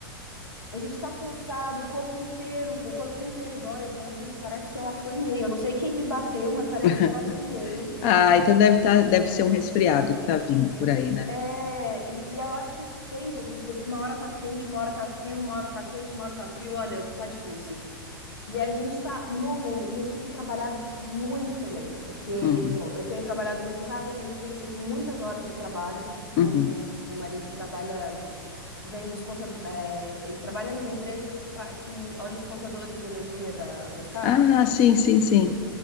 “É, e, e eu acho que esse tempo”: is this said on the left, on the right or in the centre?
Left